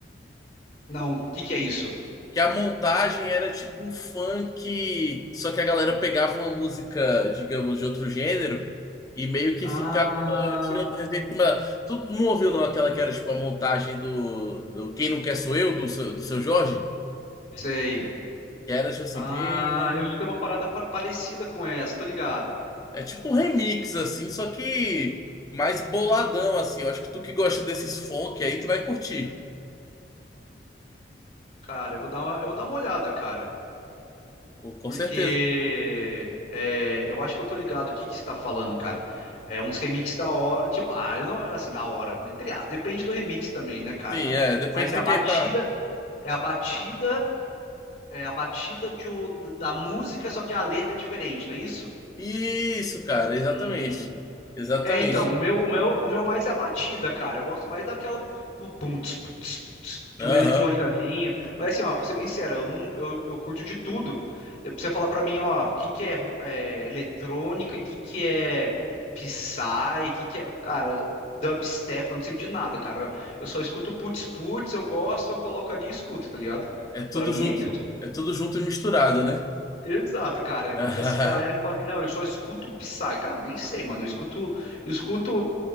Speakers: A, on the left; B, on the left.
A: Não, o que que é isso?
B: Que a montagem era tipo um funk, só que a galera pegava uma música, digamos, de outro gênero e meio que
A: Ah,
B: ficava tirando resenha em cima dela. Tu não ouviu não aquela que era tipo a montagem do, do Quem Não Quer Sou Eu, do seu, do seu Jorge?
A: sei.
B: Que era tipo assim,
A: Ah,
B: quem não.
A: eu escutei uma parada pa- parecida com essa, tô ligado.
B: É tipo um remix, assim, só que mais boladão, assim. Eu acho que tu que gosta desses funk aí, tu vai curtir.
A: Cara, eu vou dar uma, eu vou dar uma olhada, cara.
B: Pô, Com
A: Porque
B: certeza.
A: é, eu acho que eu tô ligado o que que você tá falando, cara. É uns remix da hora, tipo, ah, eu não, assim, da hora, entre aspas, depende do remix também, né, cara?
B: Sim, é, depende
A: Mas é
B: de
A: a
B: quem
A: batida,
B: tá.
A: é a batida, é a batida de, o- da música, só que a letra é diferente, não é isso?
B: Isso, cara, exatamente.
A: Hum.
B: Exatamente.
A: É, então, o meu, o meu, o meu mais é a batida, cara. Eu gosto mais daquela do pum, tss, pum, tss, tss, de
B: Aham.
A: uma eletrônicazinha. Mas assim, ó, vou ser bem sincero, eu não, eu, eu curto de tudo. Pra você falar pra mim, ó, o que que é, é, eletrônica, o que que é Psy, o que que é, cara, dubstep, eu não sei de nada, cara. Eu só escuto putz putz, eu gosto, eu coloco ali e escuto, tá ligado?
B: É tudo
A: Pra mim
B: junto,
A: é isso.
B: é tudo junto e misturado, né?
A: Exato, cara.
B: <laughs>
A: Essa galera que fala que não, eu só escuto Psy. Cara, nem sei, mano. Eu escuto, eu escuto